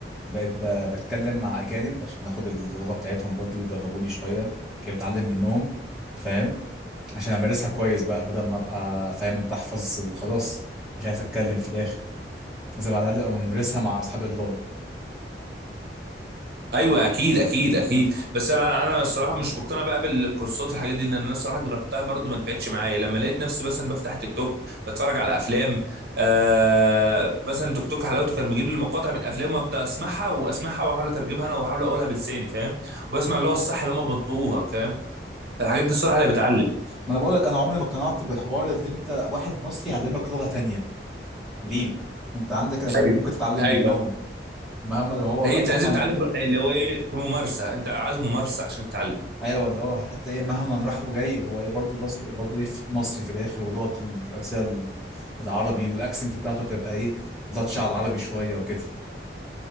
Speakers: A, in the centre; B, on the right (about 55°).
A: بقيت ب- بتكلم مع أجانب عشان آخد اللغة بتاعتهم برضو يدربوني شوية كده بتعلم منهم فاهم عشان امارسها كويس بقى بدل ما ابقى فاهم انت احفظ وخلاص مش عارف اتكلم في الاخر لازم على الاقل ابقى ممارسها مع اصحاب اللغه
B: ايوه اكيد اكيد اكيد بس انا انا الصراحه مش مقتنع بقى بالكورسات الحاجات دي لان انا الصراحه جربتها برضو ما نفعتش معايا لما لقيت نفسي مثلا بفتح تيك توك بتفرج على افلام آه مثلا تيك توك حلاوته كان بيجيب لي مقاطع من افلام وابدا اسمعها واسمعها واحاول اترجمها انا واحاول اقولها بلساني فاهم وبسمع اللغه الصح اللي هم بينطقوها فاهم فالحاجات دي الصراحه اللي بتعلم
A: ما انا بقول لك انا عمري ما اقتنعت بحوار اللي انت واحد مصري يعلمك لغه تانية ليه وانت عندك الاجانب
B: ايوه
A: ممكن تتعلم
B: ايوه
A: منهم مهما هو
B: هي
A: را-
B: انت
A: مهما
B: لازم تتعلم اللي هو ايه في ممارسه انت عايز ممارسه عشان تتعلم
A: ايوه اللي هو حتى ايه مهما راح وجاي هو ايه برضه بس برضه ايه في- مصري في الاخر ولغته الرئيسيه ال- العربي والاكسنت بتاعته تبقى ايه لطشه على العربي شويه وكده